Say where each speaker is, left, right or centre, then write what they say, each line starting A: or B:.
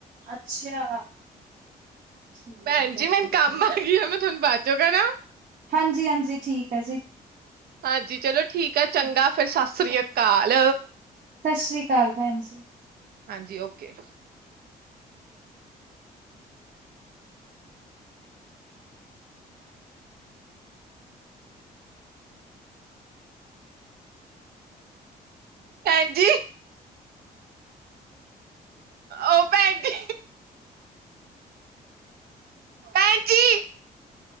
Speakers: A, on the right; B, on the right.
A: ਅੱਛਾ ਠੀਕ
B: ਭੈਣ ਜੀ
A: ਹੈ
B: ਮੈਨੂੰ ਕੰਮ ਆ ਗਿਆ ਮੈ ਤੁਹਾਨੂੰ ਬਾਂਚੋ ਕਰਾ
A: ਹਾਂਜੀ-ਹਾਂਜੀ ਠੀਕ ਹੈ ਜੀ
B: ਹਾਂਜੀ ਚਲੋ ਠੀਕ ਆ ਚੰਗਾ ਫੇਰ ਸਤਿ ਸ੍ਰੀ ਅਕ ਕਾਲ
A: ਸਤਿ ਸ਼੍ਰੀ ਅਕਾਲ ਭੈਣ ਜੀ
B: ਹਾਂਜੀ ਓਕੇ ਭੈਣਜੀ ਉਹ ਭੈਣ ਦੀ ਭੈਣਜੀ